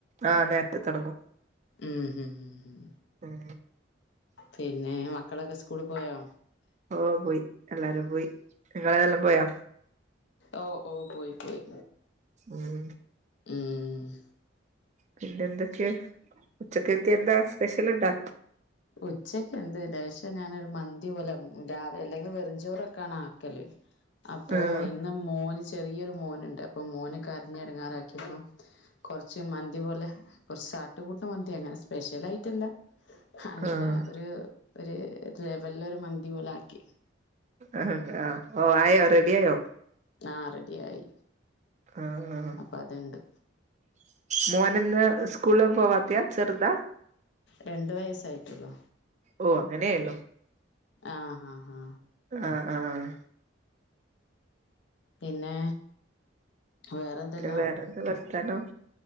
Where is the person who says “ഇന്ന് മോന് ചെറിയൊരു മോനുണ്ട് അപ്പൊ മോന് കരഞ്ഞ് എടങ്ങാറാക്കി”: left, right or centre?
Left